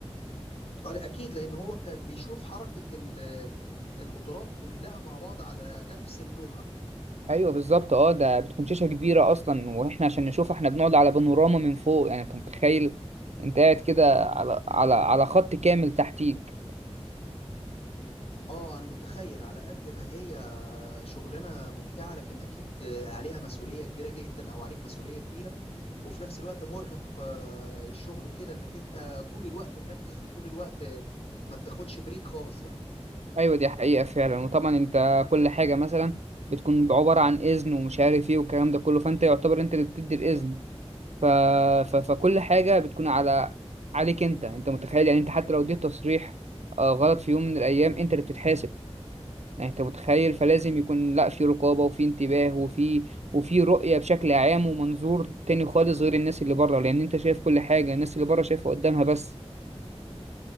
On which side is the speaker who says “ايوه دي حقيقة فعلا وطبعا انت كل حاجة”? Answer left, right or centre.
Right